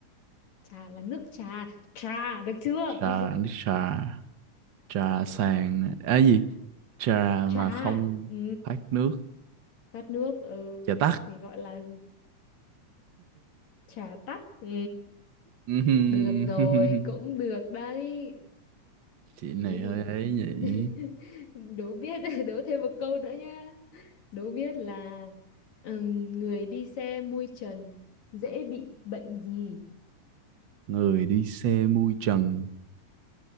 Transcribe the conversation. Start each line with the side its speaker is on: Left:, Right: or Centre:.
Left: trà là nước trà trà được chưa
Right: trà
Left: <laughs>
Right: là nước trà trà sàn à gì trà
Left: trà
Right: mà không
Left: ừ
Right: thoát nước
Left: tắt nước ừ
Right: trà tắc
Left: thì gọi là trà tắt ừ
Right: <laughs>
Left: Được rồi, cũng được đấy.
Right: chị này
Left: Thế thì
Right: hơi ấy nhỉ
Left: <laughs> đố biết, <laughs> đố thêm một câu nữa nhá. Đố biết là ừm, người đi xe mui trần dễ bị bệnh gì?
Right: người đi xe mui trần